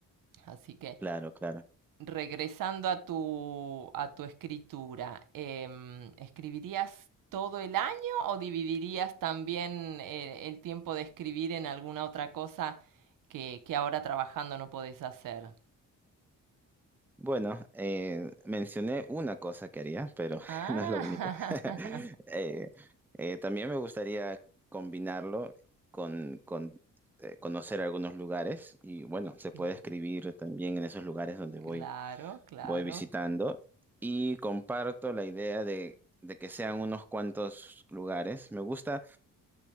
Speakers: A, on the right; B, in the centre.
A: Así que
B: Claro, claro.
A: regresando a tu, a tu escritura, em, ¿escribirías todo el año o dividirías también eh, el tiempo de escribir en alguna otra cosa que, que ahora trabajando no podés hacer?
B: Bueno, eh, mencioné una cosa que haría, pero <laughs>
A: Ah,
B: no es la única. <laughs> Eh, eh, también me gustaría combinarlo con, con, eh, conocer algunos lugares y bueno, se puede
A: <laughs>
B: escribir también en esos lugares donde
A: claro,
B: voy,
A: claro.
B: voy visitando y comparto la idea de, de que sean unos cuantos lugares. Me gusta,